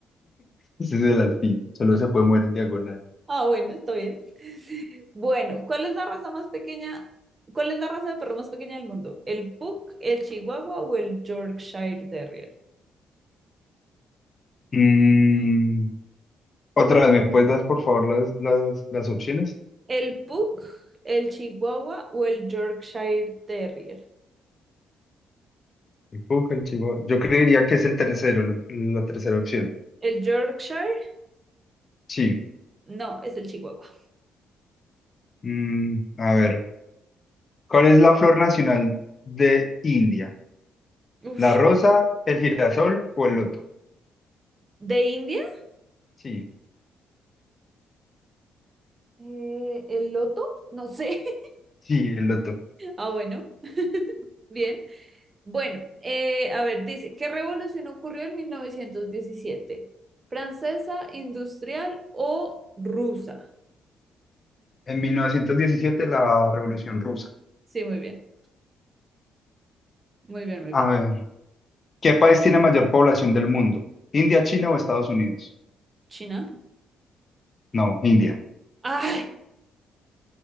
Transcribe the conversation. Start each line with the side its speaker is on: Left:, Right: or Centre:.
Left: Ese es el alfil. Solo se puede mover en diagonal.
Right: ah, bueno, está bien. <laughs> Bueno, ¿cuál es la raza más pequeña? ¿Cuál es la raza de perro más pequeña del mundo? ¿El Pug, el Chihuahua o el Yorkshire Terrier?
Left: Mm, Otra vez, ¿me puedes dar por favor las, las, las opciones?
Right: el Pug, el Chihuahua o el Yorkshire Terrier.
Left: El Puja, el Chivo. Yo creería que es el tercero, la, la tercera opción.
Right: El Yorkshire,
Left: Sí.
Right: no, es el Chihuahua.
Left: Mm, a ver, ¿cuál es la flor nacional de India?
Right: Ush.
Left: ¿La rosa, el girasol o el loto?
Right: ¿De India?
Left: Sí,
Right: Eh, ¿el loto? No sé. <laughs>
Left: sí, el loto.
Right: Ah, bueno. <laughs> Bien. Bueno, eh, a ver, dice, ¿qué revolución ocurrió en 1917, ¿Francesa, industrial o rusa?
Left: En 1917, la Revolución Rusa.
Right: Sí, muy bien, muy bien, muy
Left: A
Right: bien.
Left: ver, ¿qué país tiene mayor población del mundo? ¿India, China o Estados Unidos?
Right: ¿China?
Left: No, India.
Right: Ay,